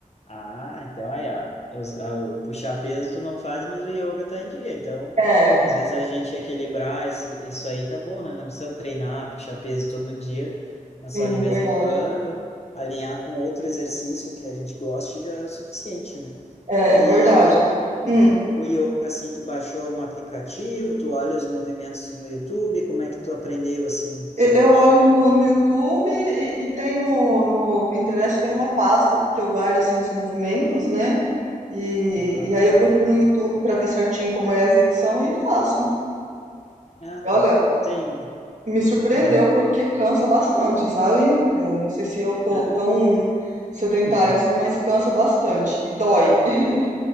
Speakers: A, on the left (about 50°); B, on the right (about 60°).
A: Ah, então aí, ó, os- a- o puxar peso tu não faz, mas o yoga tá em dia. Então,
B: É,
A: às vezes a gente equilibrar esse, isso aí tá bom, né? Não precisa treinar, puxar peso todo dia, mas
B: sim,
A: só de vez
B: verdade.
A: em quando, alinhar com outro exercício que a gente goste já é o suficiente, né?
B: É,
A: E
B: é verdade.
A: o, i-
B: Hum.
A: o yoga, assim, tu baixou algum aplicativo, tu olha os movimentos no YouTube, como é que tu aprendeu, assim, sei
B: E-
A: lá.
B: Eu olho no, no YouTube e, e tenho no Pinterest tem uma pasta que eu guardo assim os movimentos, né? E,
A: Ah,
B: e aí eu
A: tá.
B: procuro no YouTube para ver certinho como é a execução e faço. né?
A: Ah,
B: E Olha,
A: tá. Não tem.
B: me surpreendeu
A: Aham.
B: porque cansa bastante, sabe? É, não sei se eu tô
A: Hã?
B: tão sedentária
A: <laughs>
B: assim, mas cansa bastante e dói. <laughs>